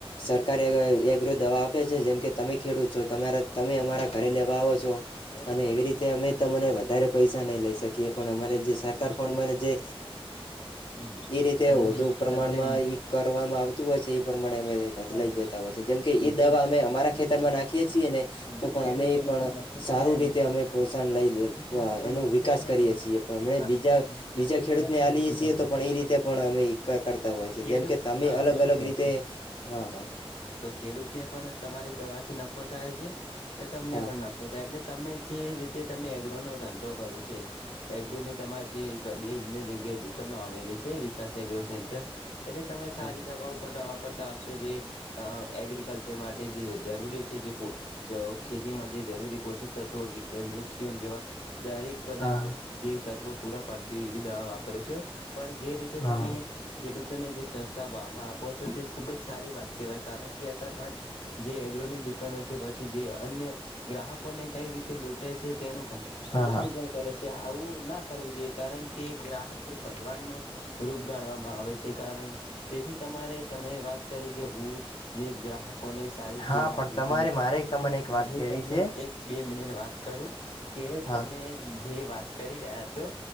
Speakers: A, on the left; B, on the left.
A: સરકારીગ્ર દવા આપે છે. જેમ કે તમે ખેડૂત છો તમે અમારા
B: હા
A: ઘરે લેવા આવો છો,
B: બરોબર
A: અને એવી રીતે
B: છે
A: અમે
B: તમારી
A: તને
B: વાત સાચી
A: પૈસા
B: છે
A: નહી લઈ શકીએ પણ અમારે
B: હા
A: જે સરકાર
B: હું
A: પણ અરે જે,
B: હા
A: એ રીતે
B: તમે
A: વધુ પ્રમાણમાં
B: તમને
A: કરવામાં આવતું હોય છે એ પ્રમાણે અમે બદલાઈ
B: સારી
A: લેતા હોય છે જેમ કે
B: વધુ
A: દવા અમે અ ખેતરમાં નાખીએ છીએ ને
B: હા
A: તો પણ
B: ખેડૂતોને
A: અમે પણ
B: નફો
A: સારું
B: થાય અને
A: રીતે અમે પોસન લઈ
B: ખેડૂતોને
A: લ
B: પણ
A: એનો
B: નફો
A: વિકાસ
B: થાય
A: કરીએ
B: ને
A: છીએ પણ અ
B: હા
A: બીજા, બીજા ખેડૂત
B: વાત
A: ને
B: સાચી
A: આલીએ છીએ
B: તમારી
A: તો પણ એ રીતે પણ અમે કરતા હોય છે
B: ખેડૂત
A: જેમ કે તમે
B: હા
A: અલગ
B: બરોબર
A: અલગ રીતે
B: છે
A: હા હા.
B: તો ખેડૂતને પણ તમારી દવા થી નફો થાય છે, અને તમને
A: હા
B: પણ નફો થાય એટલે. તમે જે રીતે તમે એગ્રો નો ધંધો કરો છે, એગ્રો ને તમારે જે બે બ જગ્યાએ દુકાનો આવેલી છે વિકાસ એગ્રો સસેન્ટર, એટલે તમે સારી
A: હા
B: દવા પણ તાશ જે, એગ્રિકલ્ચર માટે જે જરૂરી છે જે જો ખેતીમાં જે જરૂરી પોષક તત્વો કે કેિ્સ જેવા, દરેક પદાર્થો
A: હા હા
B: જે તત્વો પૂરા પાડતી હોય એવી દવા વાપરો છો. પણ જે રીતે
A: હા
B: તમે, ખેડૂતોને જે સસ્તા ભ આપો છો તે ખુબ જ સારી વાત કેવાય કારણ કે અત્યાર, જે એગ્રોની દુકાનો પછી જે અન્ય ગ્રાહકોને કઈ રીતે લૂટે છે તેનું શોષણ
A: હા હા
B: પણ કરે છે. આવું ના કરવું જોઈએ કારણ કે ગ્રાહક એ ભગવાનનું, રૂપ ગણવામાં આવે છે કારણ તેથી તમારે તમે વાત કરી. કે હું જે ગ્રાહકોને સારી
A: હા
B: સેવા
A: પણ
B: આપું
A: તમારે
B: છું.
A: મારે
B: પણ
A: તમને એક વાત
B: હું
A: કેવી
B: તમને
A: છે
B: એક બે મિનિટ વાત કરું, કે
A: હા
B: તમે જે વાત કરી રહ્યા છો,